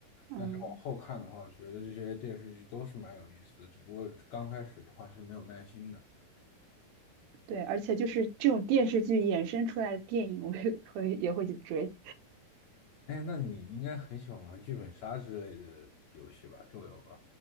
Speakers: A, on the right; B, on the left.
A: 嗯。
B: 但是往后看的话，我觉得这些电视剧都是蛮有意思的，只不过刚开始的话是没有耐心的。
A: 对，而且就是这种电视剧衍生出来的电影，我也会也会去追。
B: 哎，那你应该很喜欢玩剧本杀之类的游戏吧，桌游吧？